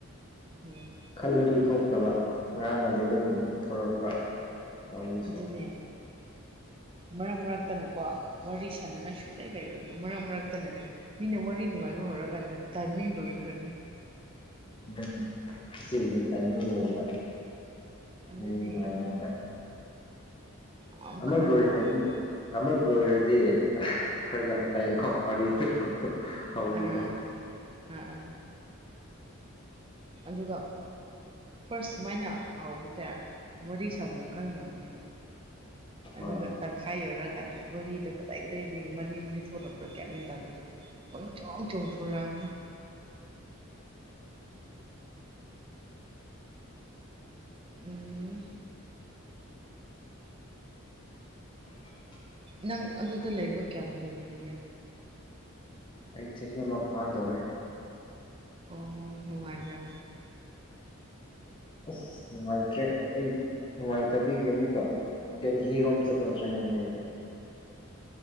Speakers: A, on the right; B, on the left.
A: ꯍꯨꯝ
B: ꯈꯜꯂꯗꯤ ꯊꯣꯛꯇꯕ ꯉꯥꯡꯉꯗꯤ ꯑꯗꯨꯝ ꯊꯣꯔꯛꯄ ꯋꯥꯔꯤꯁꯨ
A: ꯑꯗꯨꯅꯦ ꯃꯔꯛ ꯃꯔꯛꯇꯅꯀꯣ ꯋꯥꯔꯤ ꯁꯥꯟꯅꯉꯥꯏ ꯁꯨꯛꯂꯩ ꯂꯩꯔꯣꯏꯕ ꯃꯔꯛ ꯃꯔꯛꯇꯅꯅꯦ ꯃꯤꯅ ꯋꯥꯔꯤ ꯅꯨꯡꯉꯥꯏꯕ ꯍꯧꯔꯛꯀꯥꯟꯗ ꯇꯥꯏꯃꯤꯡ ꯂꯣꯏꯈ꯭ꯔꯥꯅꯤ
B: ꯑꯗꯅꯦ ꯏꯆꯦꯁꯦ ꯇꯥꯏꯃꯤꯡ ꯂꯣꯏꯔꯦꯕ
A: ꯑꯗꯨꯅꯦ
B: ꯋꯥꯔꯤ ꯅꯨꯡꯉꯥꯏꯔꯑꯥꯀꯥꯟꯗ
A: ꯌꯥꯝ
B: ꯑꯃꯛ
A: ꯀꯔꯟ
B: ꯂꯣꯏꯈ꯭ꯔꯥꯗꯤ
A: ꯇꯥꯕꯅꯤ
B: ꯑꯃꯛ ꯂꯣꯏꯔꯗꯤ ꯐꯔꯛ ꯌꯥꯝ ꯇꯥꯏꯌꯦꯀꯣ ꯋꯥꯔꯤꯗꯣ ꯍꯧꯗꯣ
A: ꯑꯥ ꯑꯥ ꯑꯥ ꯑꯗꯨꯒ ꯐꯥꯔꯁ ꯁꯨꯃꯥꯏꯅ ꯍꯧꯕꯁꯦ ꯋꯥꯔꯤ ꯁꯥꯕꯝ ꯈꯪꯗꯕꯅꯦꯕ ꯑꯗꯨꯒ
B: ꯍꯣꯏ
A: ꯇꯪꯈꯥꯏ ꯌꯧꯔꯀꯥꯟꯗ ꯋꯥꯔꯤꯗꯣ ꯀꯗꯥꯏ ꯗꯥꯏꯗꯒꯤ ꯃꯔꯤ ꯃꯔꯤ ꯊꯣꯛꯂꯛ ꯄꯒ꯭ꯌꯥꯟ ꯃꯦꯟ ꯇꯥꯗꯕꯤꯗ ꯄꯪꯆꯣꯡ ꯆꯣꯡꯊꯣꯔꯛꯑꯅꯤ ꯎꯝ
B: ꯎ <inaudible>
A: ꯅꯪ ꯑꯗꯨꯗ ꯂꯩꯕ ꯀꯌꯥꯝ ꯀꯨꯏꯈ꯭ꯔꯒꯦ
B: ꯑꯩ ꯆꯍꯤ ꯑꯃ ꯐꯥꯗꯧꯔꯦ
A: ꯑꯣ ꯅꯨꯡꯉꯥꯏꯕ꯭ꯔꯥ
B: ꯑꯁ ꯅꯨꯡꯉꯥꯏꯇ꯭ꯔꯦ ꯑꯩ ꯅꯨꯡꯉꯥꯏꯇꯕꯤꯒꯤ ꯑꯃꯨꯛꯀ <unintelligible> ꯝ ꯆꯠꯂꯁꯨꯥꯏꯅ ꯃꯥꯟꯅꯩꯕ